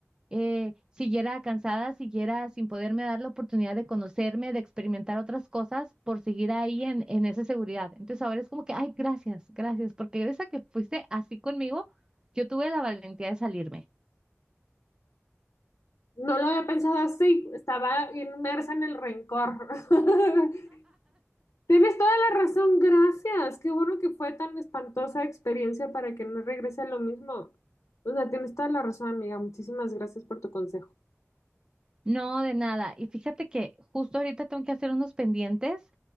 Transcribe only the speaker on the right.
eh, siguiera cansada, siguiera sin poderme dar la oportunidad de conocerme, de experimentar otras cosas, por seguir ahí en, en esa seguridad. Entonces ahora es como que, ay, gracias, gracias, porque gracias a que fuiste así conmigo, yo tuve la valentía de salirme.
No, de nada. Y fíjate que justo ahorita tengo que hacer unos pendientes,